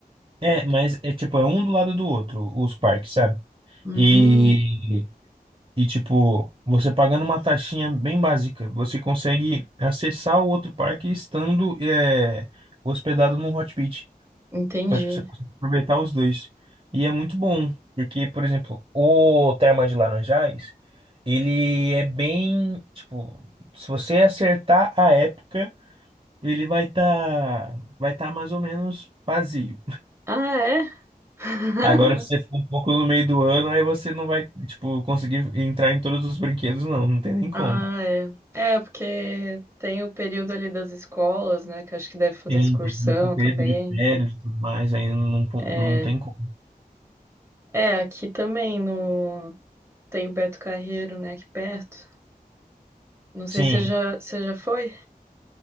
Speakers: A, on the right; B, on the right.
A: É, mas é tipo, é um do lado do outro, os parques, sabe?
B: Hum,
A: E E, tipo, você pagando uma taxinha bem básica, você consegue acessar o outro parque estando é, hospedado num hot pit.
B: entendi.
A: Então, tipo, você consegue aproveitar os dois. E é muito bom, porque, por exemplo, o Termas de Laranjais, ele é bem, tipo, se você acertar a época, ele vai estar vai tá mais ou menos vazio.
B: Ah, é? <laughs>
A: Agora, se você for um pouco no meio do ano, aí você não vai, tipo, conseguir entrar em todos os brinquedos, não. Não tem nem como.
B: Ah, é. É, porque tem o período ali das escolas, né? Que acho que deve fazer
A: Tem,
B: excursão
A: tem esse período
B: também.
A: de férias e tudo mais, ainda não, con-
B: É,
A: não tem como.
B: é aqui também no. Tem o Beto Carreiro, né, aqui perto. Não sei
A: Sim.
B: se você já, você já foi.